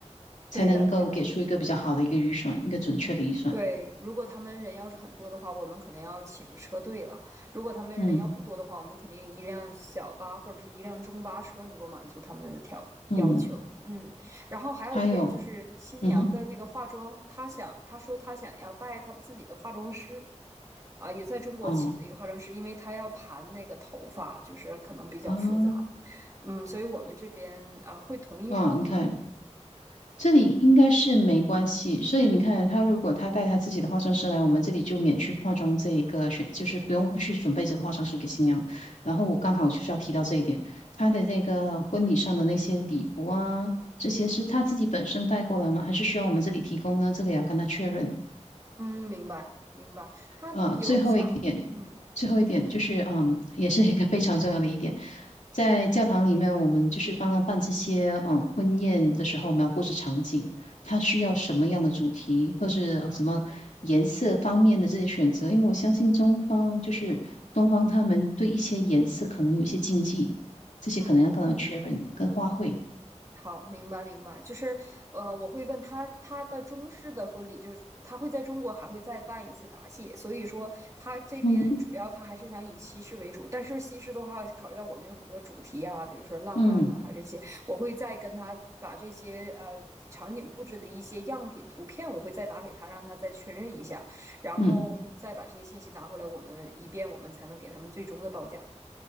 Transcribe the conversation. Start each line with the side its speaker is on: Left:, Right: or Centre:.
Right: 对的，
Left: 才能够给出一个比较好的一个预算，
Right: 对的。
Left: 一个准确的预算。
Right: 对，如果他们人要是很多的话，我们可能要请车队了；如果他们人要不多的话，
Left: 嗯
Right: 我们肯定一辆小巴或者是一辆中巴车能够满足他们的条要求。
Left: 嗯，
Right: 嗯，然后还有一点就是新娘的那个化妆，
Left: 还有嗯哼
Right: 她想她说她想要带她自己的化妆师，啊，也在中国请了一个化妆师，
Left: 哦
Right: 因为她要盘那个头发，就是可能比较复杂。
Left: 啊。
Right: 嗯，所以我们这边啊会同意她吗？
Left: 嗯，你看这里应该是没关系，所以你看他如果他带他自己的化妆师来，我们这里就免去化妆这一个选，就是不用去准备这个化妆师给新娘。然后我刚好就是要提到这一点，他的这个婚礼上的那些礼服啊，这些是他自己本身带过来吗？还是需要我们这里提供呢？这个也要跟他确认。
Right: 嗯，明白明白，她有讲，
Left: 呃，最后一点，
Right: 嗯。
Left: 最后一点就是，嗯，也是一个非常重要的一点，在教堂里面，我们就是帮他办这些，嗯，婚宴的时候，我们要布置场景，他需要什么样的主题，或是呃什么颜色方面的这些选择，
Right: 哦，明白。
Left: 因为我相信中方就是东方，他们对一些颜色可能有一些禁忌，这些可能要跟他们确认，
Right: 嗯，
Left: 跟花卉，
Right: 好，明白明白，就是呃，我会问他他的中式的婚礼，就是他会在中国还会再办一次答谢，所以说他这边主要他还是想以西式为主，
Left: 嗯哼
Right: 但是西式的话，考虑到我们有很多主题啊，比如说浪漫呐、
Left: 嗯
Right: 还有这些，我会再跟他把这些呃场景布置的一些样品图片，我会再拿给他，让他再确认一下，然后嗯再把这些信息拿回来，
Left: 嗯。
Right: 我们以便我们才能给他们最终的报价。